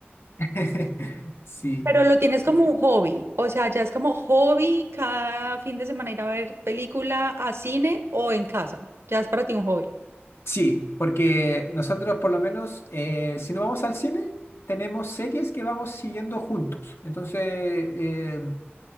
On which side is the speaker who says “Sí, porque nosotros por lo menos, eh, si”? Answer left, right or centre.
Left